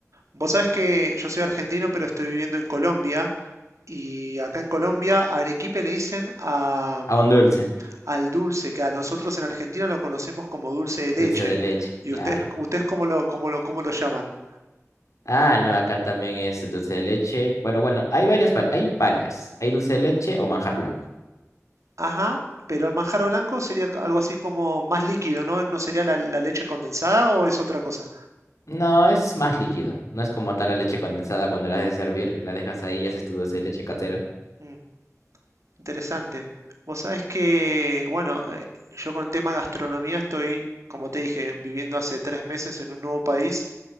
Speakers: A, on the right; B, on the left.
A: vos sabés que yo soy argentino, pero estoy viviendo en Colombia. Y acá en Colombia, arequipe le dicen a, mm,
B: ah, un dulce,
A: al dulce, que a nosotros en Argentina lo conocemos como dulce de leche.
B: dulce de leche,
A: ¿Y
B: claro.
A: ustedes, ustedes cómo lo, cómo lo, cómo lo llaman?
B: Ah, no, acá también es dulce de leche. Bueno, bueno, hay varias, va- hay varias. Hay dulce de leche o manjar blanco.
A: Ajá, pero el manjar blanco sería algo así como más líquido, ¿no? ¿No sería la, la leche condensada o es otra cosa?
B: No, es más líquido. No es como tal la leche condensada cuando la haces hervir y la dejas ahí y haces tu dulce de leche casera.
A: Mm, interesante. Vos sabés que, bueno, eh, yo con el tema gastronomía estoy, como te dije, viviendo hace tres meses en un nuevo país